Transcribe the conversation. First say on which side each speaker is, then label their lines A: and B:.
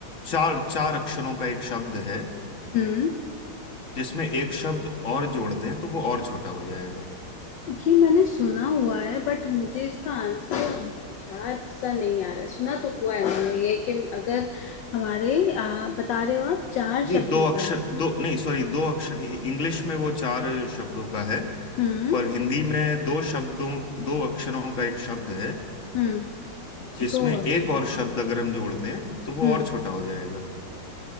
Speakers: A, on the left (about 40°); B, on the left (about 65°).
A: चार चार अक्षरों का एक शब्द है
B: हम्म
A: जिसमें एक शब्द और जोड़ दें तो वो और छोटा हो जाएगा
B: ये मैंने सुना हुआ है बट मुझे इसका आंसर याद सा नहीं आ रहा है सुना तो हुआ है मैंने ये कि अगर हमारे आ, बता रहे हो आप चार
A: जी
B: शब्दों
A: दो
B: का
A: अक्षर
B: है
A: दो नहीं सॉरी दो अक्षर इंग्लिश में वो चार शब्दों का है
B: हम्म
A: पर हिंदी में दो शब्दों दो अक्षरों का एक शब्द है
B: हम्म
A: जिसमें
B: दो
A: एक
B: अक्षरों
A: और
B: का
A: शब्द अगर हम जोड़ दें तो वो
B: हम्म
A: और छोटा हो जाएगा